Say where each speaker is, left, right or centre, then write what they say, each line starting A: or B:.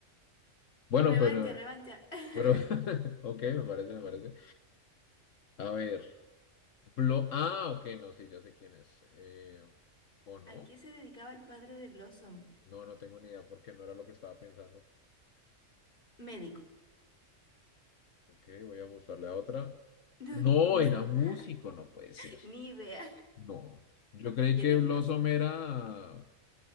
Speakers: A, on the left; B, on the left.
A: Bueno,
B: Revancha,
A: pero,
B: revancha. <laughs>
A: pero, <laughs> ok, me parece, me parece. A ver. Blo ah, ok, no, sí, ya sé quién es. Eh, ¿o no?
B: ¿A qué se dedicaba el padre de Blossom?
A: No, no tengo ni idea porque no era lo que estaba pensando.
B: Médico. <laughs>
A: Ok, voy a buscarle a otra.
B: No,
A: No,
B: músico.
A: era músico,
B: <laughs>
A: no puede ser.
B: Ni idea.
A: No. Yo creí
B: ¿Quién
A: que
B: es
A: Blossom
B: Blossom?
A: era